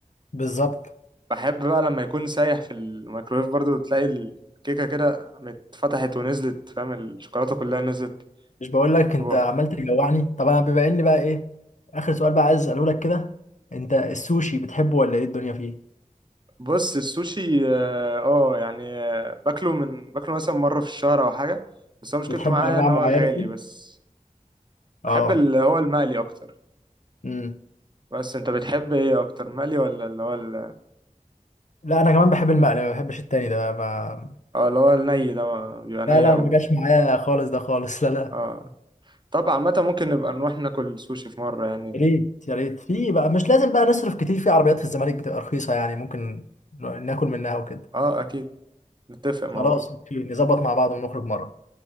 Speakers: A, on the left; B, on the right.
A: بالظبط
B: بحب بقى لما يكون سايح في الميكرويف برضو تلاقي الكيكه كده اتفتحت ونزلت فاهم الشوكولاته كلها نزلت
A: مش بقول لك
B: في
A: انت
B: بقك
A: عمال تجوعني طب انا بما اني بقى ايه اخر سؤال بقى عايز اساله لك كده انت السوشي بتحبه ولا ايه الدنيا فيه
B: بص السوشي اه آه، يعني آه، باكله من باكله مثلا مرة في الشهر او حاجة بس هو مشكلته
A: بتحب
B: معايا
A: انواع
B: ان هو
A: معينه
B: غالي
A: فيه
B: بس
A: اه
B: بحب اللي هو المقلي اكتر
A: امم
B: بس انت بتحب ايه اكتر مقلي ولا اللي هو ال-
A: لا انا كمان بحب المقلي ما بحبش التاني ده ما
B: اه اللي هو الني ده ما- بيبقى ني
A: لا لا
B: قوي
A: ما جاش معايا خالص ده خالص <laughs> لا لا
B: اه طبعا متى ممكن نبقى نروح ناكل سوشي في مرة يعني
A: يا ريت يا ريت في بقى مش لازم بقى نصرف كتير في عربيات في الزمالك بتبقى رخيصة يعني ممكن ن- ناكل منها وكده
B: اه اكيد نتفق
A: خلاص
B: مع بعض
A: اوكي نظبط مع بعض ونخرج مرة